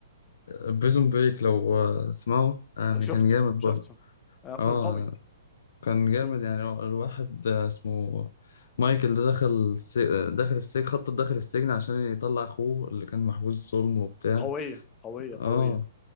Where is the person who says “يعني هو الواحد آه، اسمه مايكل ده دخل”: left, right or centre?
Left